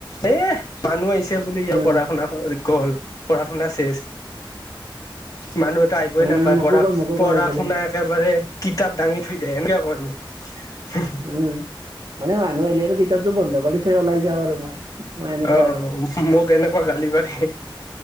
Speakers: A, on the left; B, on the right.
A: এ মানুহ আহিছে বুলি ইয়াৰ
B: উম
A: পঢ়া শুনা গ'ল পঢ়া শুনা চেছ মানুহ টাইপই
B: উম
A: নাপায়
B: মোকো
A: পঢ়া
B: কয় মোকো
A: পঢ়া
B: কয় এইদৰে।
A: শুনা একেবাৰে কিতাপ দাঙি থৈ দে এনকে কয় মোক
B: উম মানে মানুহ আহিলে আৰু কিতাপটো বন্ধ কৰি থৈ ওলাই যাওঁ আৰু মই মই এনেকুৱা
A: অ
B: আৰু।
A: মোক এনেকুৱা গালি পাৰে